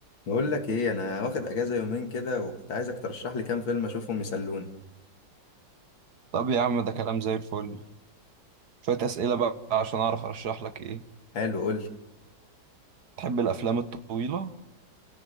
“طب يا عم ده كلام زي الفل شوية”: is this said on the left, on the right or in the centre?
Right